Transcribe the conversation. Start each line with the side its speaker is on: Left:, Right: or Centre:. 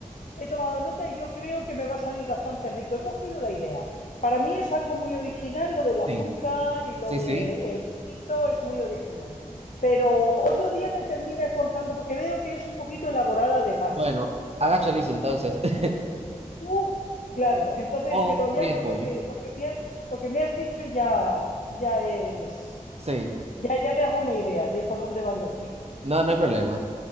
Left: he tomado nota y yo creo que me va a salir bastante rico. He cogido la idea. Para mí es algo muy original, lo del azúcar
Right: Sí,
Left: y lo
Right: sí,
Left: del
Right: sí.
Left: frito es muy original. Pero otro día me terminas contando, porque veo que es un poquito elaborada además.
Right: Bueno, haga chorizo entonces. <laughs>
Left: Uh, claro, entonces,
Right: O
Left: pero ya
Right: fríe
Left: con
Right: el pollo.
Left: lo que, lo que me has, lo que me has dicho ya, ya es,
Right: Sí,
Left: ya, ya me hago una idea de por dónde van los tiros.
Right: no, no hay problema.